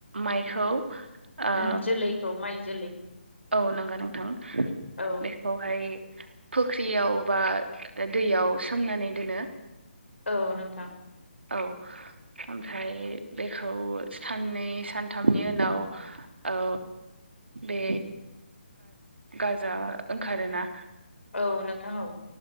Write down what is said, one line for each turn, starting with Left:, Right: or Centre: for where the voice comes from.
Right: माइखौ औ
Left: ओम जोलैखौ माइ जोलै
Right: औ नंगौ नोंथां
Left: औ
Right: बेखौहाय फुख्रियाव बा दैयाव सोमनानै दोनो
Left: औ नोंथां
Right: औ ओमफ्राय बेखौ साननै सानथामनि उनाव औ बे गाजा ओंखारोना
Left: औ नोंथां औ